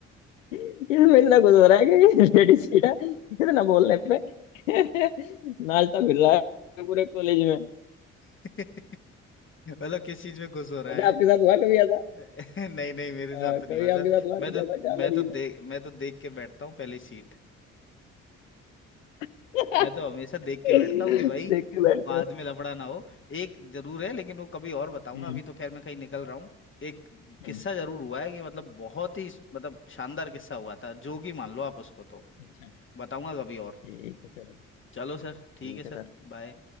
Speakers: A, on the left (about 85°); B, on the left (about 30°).
A: इसमें इतना कुछ हो रहा है कि लेडीज सीटा इतना बोलने पे <laughs> नाश्ता मिल रहा है पूरे कॉलेज में
B: <laughs> मतलब किस चीज में खुश हो रहा
A: अच्छा आपके साथ हुआ कभी ऐसा
B: <laughs> नहीं नहीं मेरे
A: आ,
B: साथ तो नहीं
A: कभी
B: हुआ सर
A: आपके साथ हुआ
B: मैं
A: कुछ
B: तो
A: ऐसा क्या
B: मैं
A: लड़की
B: तो देख
A: ने
B: मैं तो देख के बैठता हूँ पहले सीट
A: अच्छा
B: मैं तो हमेशा देख के
A: <laughs>
B: बैठता हूँ कि भाई
A: देख के बैठते
B: बाद
A: हो
B: में लफड़ा ना हो एक जरूर है लेकिन वो कभी और बताऊंगा
A: हम्म,
B: अभी तो खैर मैं कहीं निकल रहा हूँ एक किस्सा
A: हम्म,
B: जरूर हुआ है कि मतलब बहुत ही मतलब शानदार किस्सा हुआ था जोगी मान लो आप उसको तो
A: अच्छा
B: बताऊंगा कभी और
A: ठीक है चलो
B: चलो सर ठीक
A: ठीक
B: है सर
A: है सर
B: बाय